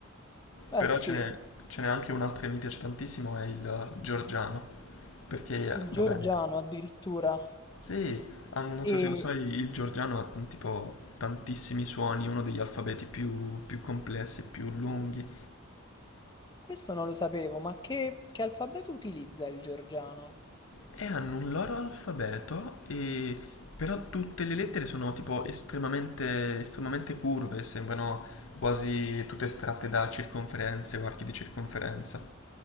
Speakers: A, on the left (about 20°); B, on the left (about 85°).
A: Beh
B: Però
A: sì,
B: ce n'è ce n'è anche un'altra che mi piace tantissimo, è il georgiano, perché,
A: il
B: va
A: georgiano
B: bene,
A: addirittura.
B: sì, ah, non
A: E
B: so se lo sai, il georgiano ha tipo tantissimi suoni, uno degli alfabeti più, più complessi e più lunghi.
A: questo non lo sapevo, ma che, che alfabeto utilizza il georgiano?
B: E hanno un loro alfabeto, e... però tutte le lettere sono tipo estremamente, estremamente curve, sembrano quasi tutte estratte da circonferenze o archi di circonferenza.